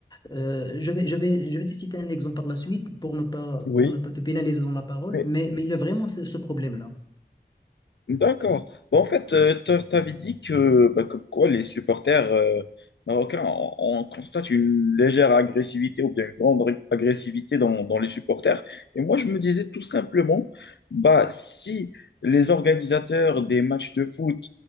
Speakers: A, on the left; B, on the left.
A: Euh, je vais, je vais, je vais te citer un exemple par la suite pour ne pas,
B: Oui,
A: pour ne pas te pénaliser dans la parole,
B: mais
A: mais, mais il y a vraiment ce ce problème-là.
B: D'accord. Bah, en fait, euh, t'a- t'avais dit que, bah, comme quoi les supporters euh, marocains, on, on constate une légère agressivité ou bien une grande ré- agressivité dans, dans les supporters. Et moi, je me disais tout simplement, bah, si les organisateurs des matchs de foot